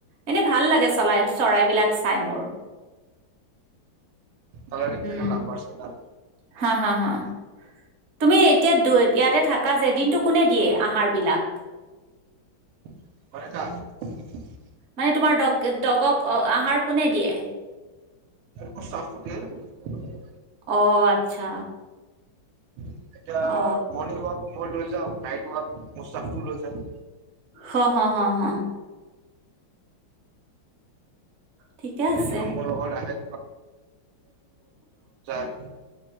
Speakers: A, on the right (about 60°); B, on the right (about 85°).
A: এনেই ভাল লাগে চলাই, চৰাইবিলাক চাই মোৰ।
B: কালাৰিং
A: উম
B: থাকে লাব বাৰ্ডছ কেইটা।
A: হা! হা! হা! তুমি এতিয়া দু ইয়াতে থাকা যে দিনটো কোনে দিয়ে আহাৰ বিলাক?
B: <unintelligible>
A: মানে তোমাৰ দগক আহাৰ কোনে দিয়ে?
B: মোৰ স্তাফটো দিয়ে।
A: অ' আচ্ছা।
B: এতিয়া,
A: অ
B: মৰ্ণিংৱাক, মই লৈ যাওঁ নাইট ৱাক, মোৰ ষ্টাফটো লৈ যায়।
A: হ - হ - হ - হ, ঠিকে আছে
B: কেতিয়াবা মোৰ লগত আহে, <unintelligible> <unintelligible>